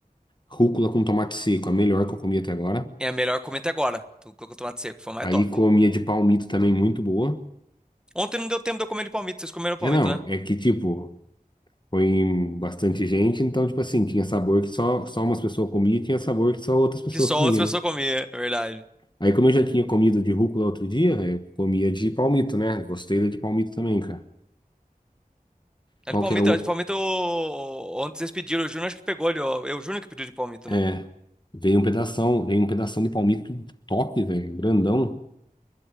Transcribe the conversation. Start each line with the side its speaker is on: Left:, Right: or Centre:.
Left: Rúcula com tomate seco, a melhor que eu comi até agora.
Centre: É a melhor comida até agora. tu colocou tomate seco, foi a mais
Left: Aí
Centre: top.
Left: comia de palmito também, muito boa.
Centre: Ontem não deu tempo de eu comer de palmito. Vocês comeram palmito,
Left: É, não,
Centre: né?
Left: é que tipo, foi bastante gente, então tipo assim, tinha sabor que só, só umas pessoas comiam e tinha sabor que só outras pessoas
Centre: Que só
Left: comiam,
Centre: outras pessoas
Left: né?
Centre: comiam, é verdade.
Left: Aí, como eu já tinha comido de rúcula outro dia, velho, comia de palmito, né? Gostei da de palmito também, cara.
Centre: É
Left: Qual
Centre: de palmito,
Left: que é o.
Centre: é de palmito. eu- Ontem vocês pediram, o Júnior acho que pegou ali, ó. É o Júnior que pediu de palmito,
Left: É,
Centre: né?
Left: veio um pedação, veio um pedação de palmito top, velho, grandão.